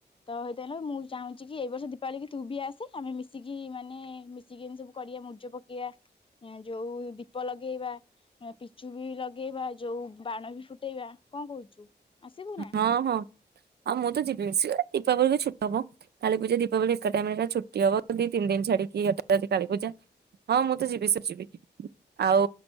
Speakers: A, on the left; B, on the right.
A: ତ ହେତ ମୁଁ ଚାହୁଁଛି କି ଏଇ ବର୍ଷ ଦୀପାଳି ତୁ ବି ଆସେ ଆମେ ମିଶିକି ମାନେ ମିଶିକି ଏମତି ସବୁ କରିବା ମୂଜ ପକେଇବା। ଯୋଉ ଦୀପ ଲଗେଇବା ପିଚୁ ବି ଲଗେଇବା ଯୋଉ ବାଣ ବି ଫୁଟେଇବା କଣ କହୁଛୁ? ଆସିବୁ ନା?
B: ହଁ ହଁ। ହଁ ମୁଁ ତ ଯିବି ଦୀପାବଳି ଛୁଟ ହବ କାଳୀ ପୂଜା ଦୀପାବଳି ଏକା ଟାଇମ ରେ ଛୁଟି ହବ ଦି ତିନି ଦିନ ଛାଡିକିଟି କାଳ ପୂଜା ହଁ ମୁଁ ତ ଯିବି ସେ ଯିବି ଆଉ